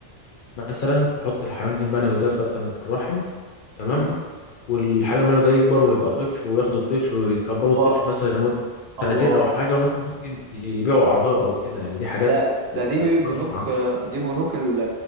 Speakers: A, on the left; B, on the right.
A: مثلا تحط الحيوان المنوي ده مثلا في الرحم تمام
B: مم.
A: والحيوان المنوي ده يكبر ويبقى طفل وياخدوا الطفل ويكبروا
B: هو
A: الطفل مثلا لمدة
B: هو
A: سنتين أو حاجة ومثلا ممكن يبيعوا أعضاء أو كده يعني دي حاجات
B: ده ده دي
A: كجرايم
B: بنوك دي بنوك ال-